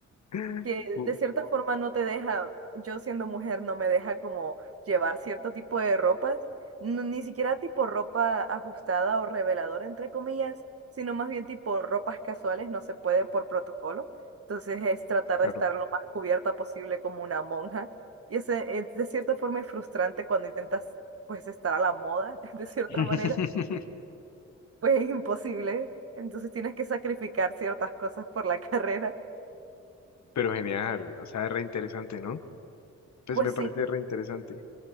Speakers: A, on the left; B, on the right.
A: <laughs>
B: que
A: Uh,
B: de cierta forma no te deja, yo siendo mujer no me deja como llevar cierto tipo de ropas, no- ni siquiera tipo ropa ajustada o reveladora entre comillas, sino más bien tipo ropas casuales, no se puede por protocolo. Entonces es tratar
A: claro.
B: de estar lo más cubierta posible como una monja. Y ese, es de cierta forma es frustrante cuando intentas pues estar a la moda, <laughs> de cierta
A: <laughs>
B: manera, pues es imposible. Entonces tienes que sacrificar ciertas cosas por la <laughs> carrera.
A: Pero genial, o sea, re interesante, ¿no? Pues
B: Pues
A: me
B: sí.
A: parece re interesante.